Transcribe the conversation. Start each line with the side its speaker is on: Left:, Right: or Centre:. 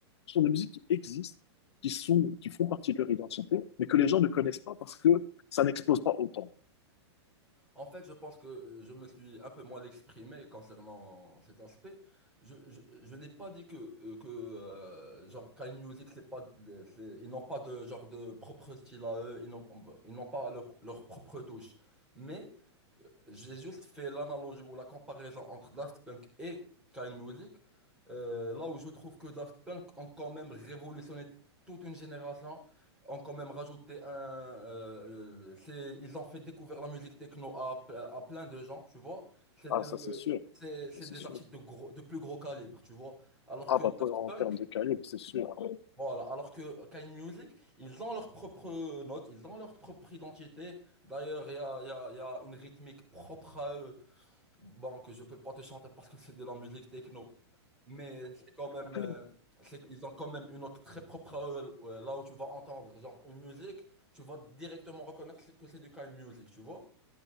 Left: ce sont des musiques qui existent, qui sont, qui font partie de leur identité, mais que les gens ne connaissent pas parce que ça n'explose pas autant.
Centre: En fait, je pense que je me suis un peu mal exprimé concernant cet aspect. Je, je, je n'ai pas dit que, euh, que euh, genre, quand une musique, c'est pas, de- c'est- ils n'ont pas de genre de propre style à eux, ils n'ont ils n'ont pas leur, leur propre touche. Mais J'ai juste fait l'analogie ou la comparaison entre Daft Punk et Kyle Music, euh, là où je trouve que Daft Punk ont quand même révolutionné toute une génération, ont quand même rajouté un... euh, euh, c'est- ils ont fait découvrir la musique techno à, à plein de gens, tu vois. C'est
Left: Ah,
Centre: de,
Left: ça, c'est sûr.
Centre: c'est, c'est
Left: Ça, C'est
Centre: des
Left: sûr.
Centre: artistes de, gros, de plus gros calibre, tu vois. Alors
Left: Ah,
Centre: que
Left: bah,
Centre: Daft
Left: pas en
Centre: Punk,
Left: termes de calibre, c'est sûr.
Centre: voilà, alors que Kyle Music, ils ont leur propre note, ils ont leur propre identité. D'ailleurs, il y a, il y a- il y a une rythmique propre à eux. Bon, que je peux pas te chanter parce que c'est de la musique techno, mais c'est quand même,
Left: Tu
Centre: euh, c'est- ils ont quand même une note très propre à eux, euh, là où tu vas entendre, genre une musique, tu vas directement reconnaître que c'est du kind music, tu vois.